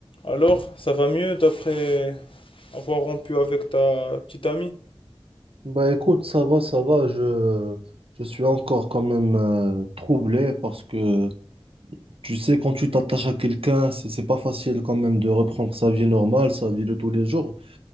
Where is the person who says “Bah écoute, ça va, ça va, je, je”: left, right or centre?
Right